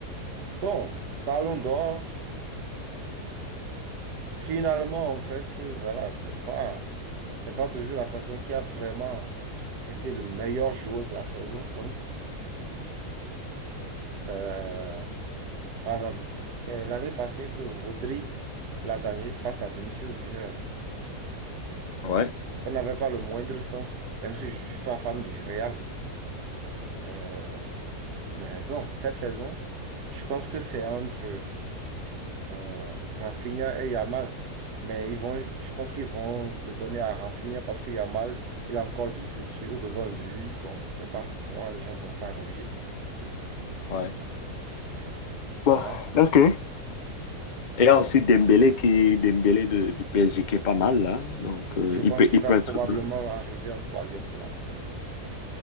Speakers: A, on the right (about 85°); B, on the left (about 65°).
A: Bon, Ballon d'Or. finalement, en fait, euh, voilà, c'est pas, c'est pas toujours la personne qui a vraiment été le meilleur joueur de la saison. Donc, euh, par exemple, c'est l'année passée que Rodri l'a gagné face à Vinicius Junior. hein.
B: Ouais,
A: Ça n'avait pas le moindre sens, même si je ne suis pas fan du Real. Euh, mais bon, cette saison, je pense que c'est entre euh, Rafinha et Yamal. Mais ils vont, je pense qu'ils vont le donner à Rafinha parce que Yamal, il a encore du futur devant lui. Bon, je ne sais pas comment les gens vont s'arranger.
B: ouais.
A: Euh,
B: Bon,
A: voilà.
B: ok. Il y a aussi Dembélé qui Dembélé de- du PSG qui est pas mal là. Donc euh,
A: Je pense
B: il peut
A: qu'il
B: il
A: va
B: peut
A: probablement
B: être bon.
A: arriver en troisième place, Dembélé.